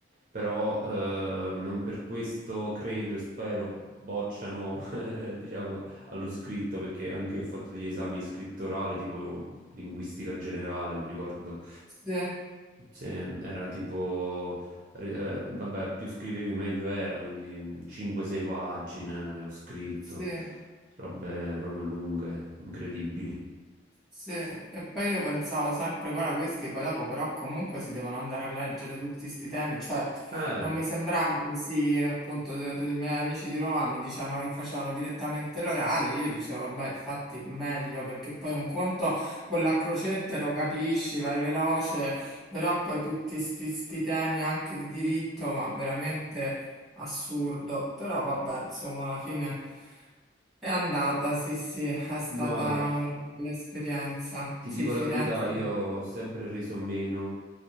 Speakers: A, on the right; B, in the centre.
A: però eh, non per questo credo e spero bocciano, <laughs> diciamo, allo scritto, perché anche io ho fatto degli esami scrittorale, tipo linguistica generale, mi ricordo.
B: sì,
A: Se era tipo, re- eh, vabbè, più scrivevi meglio era, quindi 5-6 pagine ho scritto,
B: sì.
A: robe proprio lunghe, incredibili.
B: Sì, e poi io pensavo sempre, guarda, questi poi dopo però comunque si devono andare a leggere tutti questi temi, cioè
A: Eh,
B: non mi sembrava così, appunto, de- tutti i miei amici di Roma mi dicevano che facevano direttamente l'orale, io dicevo, vabbè, infatti meglio, perché poi un conto, quella a crocette lo capisci, vai veloce, però poi tutti sti, sti temi anche di diritto, ma veramente assurdo, però vabbè, insomma, alla fine è andata, sì, sì, è stata
A: ma
B: una bella esperienza.
A: Ti
B: Sì,
A: dico
B: Firenze,
A: la verità, io ho sempre reso meno